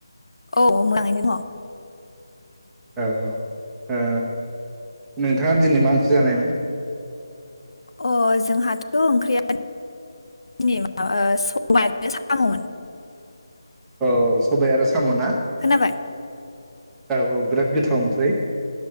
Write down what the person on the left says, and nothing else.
औ मोजाङैनो दङ।
अ जोंहाथ' ओंख्रिया दिनै स सबाय आरो साममोन
खोनाबाय